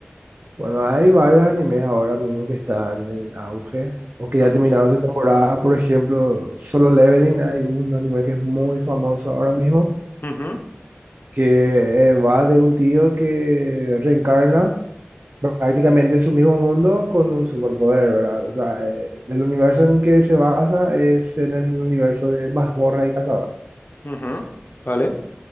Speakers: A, on the right; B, on the left.
A: Bueno, hay varios animes ahora mismo que están en auge o que
B: Ujú,
A: ya terminaron esa temporada. Por ejemplo, Solo Leveling, hay un anime que es muy famoso ahora mismo,
B: ujú,
A: que eh, va de un tío que reencarna prácticamente en su mismo mundo con un superpoder, ¿verdad? O sea, eh, el universo en que se basa es en el universo de mazmorras y cazadores.
B: ujú. ¿Vale?